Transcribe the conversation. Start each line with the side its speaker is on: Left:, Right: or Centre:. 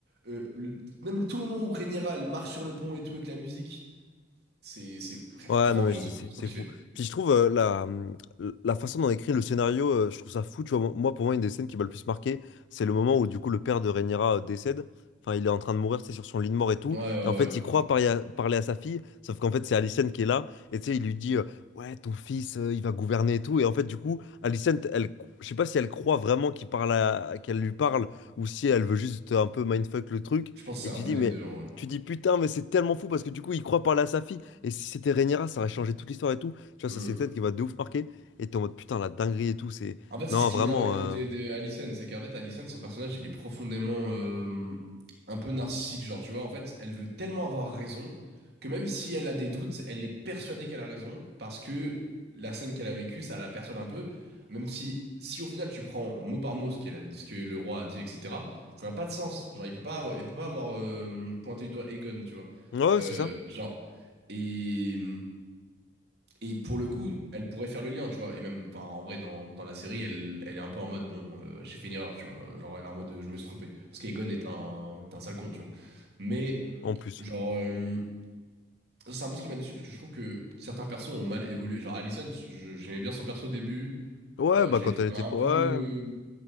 Right: Euh, le- même tout le moment où Rhaenyra, elle marche sur le pont et tout avec la musique, c'est c'est frère,
Left: Ouais,
Right: grandiose.
Left: non, mais c'est c'est-
Right: C'est trop
Left: c'est
Right: kiffé.
Left: fou. Puis je trouve euh, la, hum, la façon dont écrit le scénario, euh, je trouve ça fou. Tu vois, moi, pour moi, une des scènes qui m'a le plus marqué, c'est le moment où, du coup, le père de Rhaenyra euh, décède. Enfin, il est en train de mourir, c'est sur son lit de mort et tout.
Right: Ouais, ouais,
Left: Et en fait,
Right: ouais. ouais.
Left: il croit parler à, parler à sa fille, sauf qu'en fait, c'est Alicent qui est là. Et tu sais, il lui dit, euh, ouais, ton fils, euh, il va gouverner et tout. Et en fait, du coup, Alicent, elle, je sais pas si elle croit vraiment qu'il parle à- qu'elle lui parle ou si elle veut juste un peu mindfuck le truc.
Right: Je pense que
Left: Et
Right: c'est
Left: tu
Right: un peu
Left: dis,
Right: des
Left: mais.
Right: deux, en vrai.
Left: Tu dis putain, mais c'est tellement fou parce que du coup, il croit parler à sa fille. Et si c'était Rhaenyra, ça aurait changé toute l'histoire et tout. Tu vois,
Right: Mm.
Left: ça, c'est une scène qui va de ouf marquer. Et t'es en mode putain, la dinguerie et tout, c'est.
Right: En fait, c'est
Left: Non,
Right: ce qui
Left: vraiment.
Right: m'énerve avec le
Left: euh,
Right: côté de Allison, c'est qu'en fait, Allison, son personnage, il est profondément euh, un peu narcissique, genre, tu vois, en fait, elle veut tellement avoir raison que même si elle a des doutes, elle est persuadée qu'elle a raison parce que la scène qu'elle a vécue, ça la persuade un peu, même si, si au final tu prends mot par mot ce qu'elle a dit, ce que le roi a dit, etc., ça n'a pas de sens, genre, il peut pas, avoir- il peut pas avoir euh, pointé du doigt Aegon, tu vois,
Left: Ouais,
Right: Euh,
Left: c'est ça.
Right: genre, et et pour le coup, elle pourrait faire le lien, tu vois. Et même, enfin, en vrai, dans, dans la série, elle, elle est un peu en mode, bon, euh, j'ai fait une erreur, tu vois. Genre, elle est en mode, euh, je me suis trompé. Parce qu'Egon est un, est un sale con, tu vois. Mais,
Left: En plus.
Right: genre, euh, c'est un peu ce qui m'a déçu, parce que je trouve que certains persos ont mal évolué. Genre, Allison je- j'aimais bien son perso au début.
Left: Ouais,
Right: Euh,
Left: bah
Right: je
Left: quand
Right: l'ai trouvé
Left: elle était.
Right: un peu,
Left: Ouais.